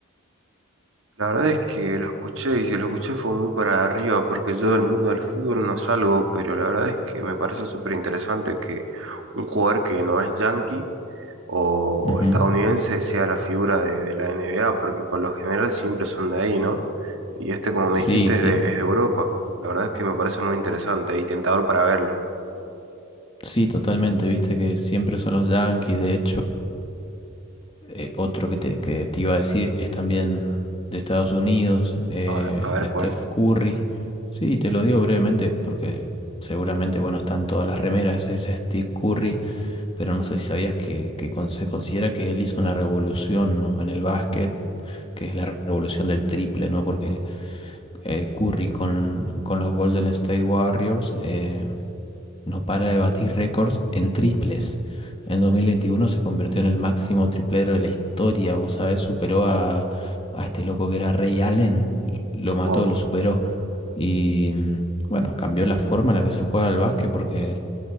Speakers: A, on the right; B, on the left.
A: La verdad es que lo escuché y si lo escuché fue muy para arriba porque yo del mundo del fútbol no salgo, pero la verdad es que me parece súper interesante que un jugador que no es yankee o, o
B: Ujú.
A: estadounidense sea la figura de, de la NBA porque por lo general siempre son de ahí, ¿no? Y este, como me
B: Sí,
A: dijiste,
B: sí.
A: es de, es de Europa. La verdad es que me parece muy interesante y tentador para verlo.
B: Sí, totalmente, viste que siempre son los Yankees, de hecho, eh, otro que te, que te iba a decir es también de Estados Unidos, eh,
A: A ver, a ver
B: Steph
A: cuál.
B: Curry. Sí, te lo digo brevemente porque seguramente, bueno, están todas las remeras, es Steve Curry, pero no sé si sabías que, que con- se considera que él hizo una revolución en el básquet, que es la revolución del triple, ¿no? Porque eh, Curry con, con los Golden State Warriors. eh, no para de batir récords en triples. En 2021 se convirtió en el máximo triplero de la historia, vos sabés, superó a, a este loco que era Ray Allen, lo mató,
A: Wow.
B: lo superó. Y bueno, cambió la forma en la que se juega al básquet porque